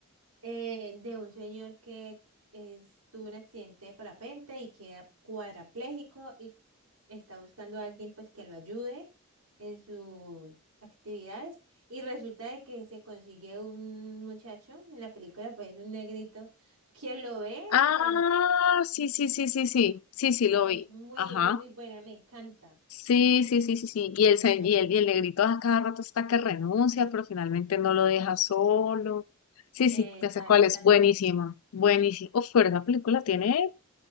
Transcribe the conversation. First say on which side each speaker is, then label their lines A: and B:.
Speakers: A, on the right; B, on the left.
A: eh, de un señor que es- tuvo un accidente de parapente y queda cuadrapléjico y está buscando a alguien pues que lo ayude en sus actividades y resulta de que se consigue un muchacho en la película pues un negrito que lo ve,
B: Ah,
A: o sea,
B: sí, sí, sí, sí, sí, sí, sí, lo
A: es
B: vi.
A: muy
B: Ajá.
A: es muy buena, me encanta.
B: Sí, sí, sí, sí, sí. Y el, se-
A: Ahí
B: y
A: está.
B: el, y el negrito a cada rato está que renuncia, pero finalmente no lo deja solo. Sí, sí,
A: Exactamente.
B: ya sé cuál es. Buenísima, buenísima. Uf, pero esa película tiene